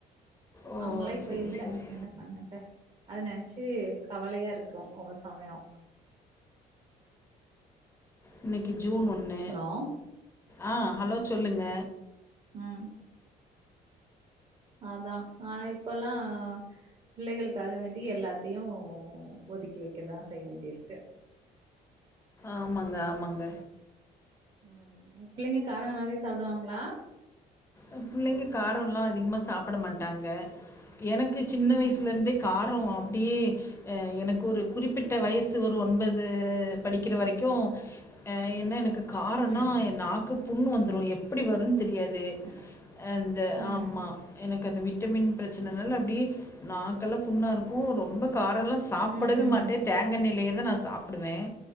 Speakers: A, on the left; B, on the right.
A: ஓ
B: அவங்களா இப்ப
A: செரி
B: இல்ல
A: செரி
B: என்ன பண்ணறது அத நெனைச்சி கவலையா இருக்கும் ஒவ்வொரு சமயம்
A: இன்னைக்கி ஜூன் ஒன்னு
B: ஹலோ
A: ஆ ஹலோ சொல்லுங்க
B: ம் அதா ஆனா இப்பல்லா பிள்ளைகளுக்காக வேண்டி எல்லாத் த்தியும் ஒதுக்கி வைக்கதா செய்ய வேண்டியிருக்கு
A: ஆமாங்க ஆமாங்க
B: ம் உங்க பிள்ளைங்க கார நெறைய சாப்டுவாங்களா
A: எங் புள்ளைங்க காரம் லா அதிகமா சா சாப்ட மாட்டாங்க எனக் சின்ன வயசுல
B: ம்
A: இருந்தே காரோ ப்டியே அ எனக்கு ஒரு குறிப்பிட்ட வயசு ஒரு ஒன்பது படிக்கிற வரைக்கு அ என்ன எனக்கு காரணா
B: ம்
A: என் நாக்கு புண்ணு வந்துரு எப்படி வருனு தெரியாது
B: ம்
A: அந்த
B: ம்
A: ஆமா எனக்கு அது விட் விட்டமின் பிரச்சனைநல அப்டியே நாக்கெல்லாம் புண்ணா இருக்கும் ரொம்ப காரெல்லாம் சாப்பிடவே
B: ம் ம்
A: மாட்டேன் தேங்க எண்ணெய்ல தான் நான் சாப்டுவேன்